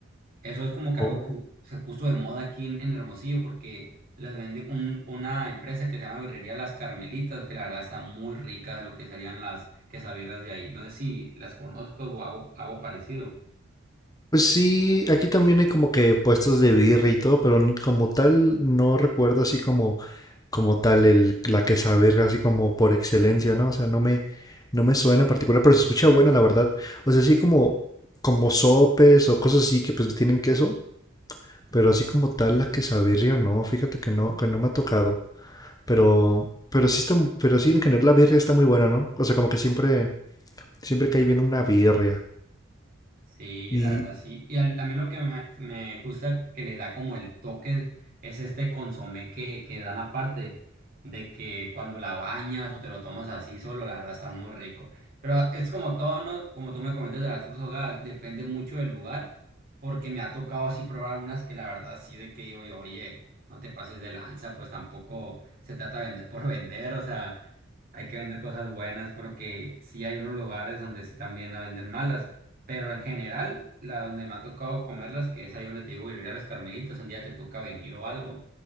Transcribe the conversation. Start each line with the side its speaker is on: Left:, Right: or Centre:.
Right: Eso es como que
Left: Oh.
Right: algo que se puso de moda aquí en, en Hermosillo porque las vende un- una empresa que se llama Birrería Las Carmelitas, que la verdad está muy rica de lo que serían las quesabirras de ahí. No sé si las conozco o hago, hago parecido.
Left: Pues sí, aquí también hay como que puestos de birria y todo, pero n- como tal no recuerdo así como, como tal el, la quesabirria así como por excelencia, ¿no? O sea, no me, no me suena en particular, pero se escucha buena, la verdad. O sea, así como, como sopes o cosas así que pues tienen queso. Pero así como tal, la quesabirria, no, fíjate que no, que no me ha tocado. Pero, pero sí está, pero sí en general la birria está muy buena, ¿no? O sea, como que siempre, siempre cae bien una birria.
Right: Sí,
Left: Y,
Right: la verdad sí. Y al- a, mí lo que me, me gusta que le da como el toque es este consomé que, que dan aparte, de que cuando la bañas o te lo tomas así solo, la verdad está muy rico. Pero es como todo, ¿no? Como tú me comentas de las otras hogadas, depende mucho del lugar, porque me ha tocado así probar algunas que la verdad sí de que digo yo, oye, no te pases de lanza, pues tampoco se trata de vender por <laughs> vender, o sea. Hay que vender cosas buenas porque sí hay unos lugares donde sí también la venden malas, pero en general, la donde me ha tocado comerlas, que es ahí donde te digo, birria las Carmelitas, un día te toca venir o algo